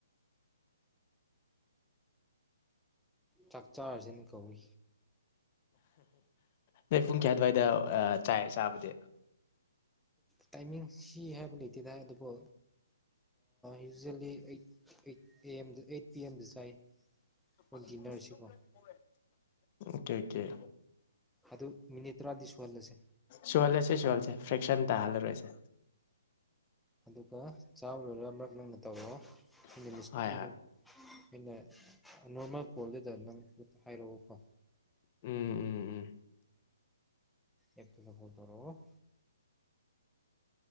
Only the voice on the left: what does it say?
ꯅꯣꯏ ꯄꯨꯡ ꯀꯌꯥ ꯑꯗꯨꯋꯥꯏꯗ ꯆꯥꯏ ꯆꯕꯗꯤ
<unintelligible>
ꯀꯦ ꯀꯦ <unintelligible>
ꯁꯨꯍꯜꯂꯁꯦ ꯁꯨꯍꯜꯂꯁꯦ ꯐ꯭ꯔꯦꯛꯁꯟ ꯇꯥꯍꯟꯂꯔꯣꯏꯁꯦ
ꯍꯣꯏ
ꯍꯣꯏ
ꯑꯝ ꯑꯝ ꯑꯝ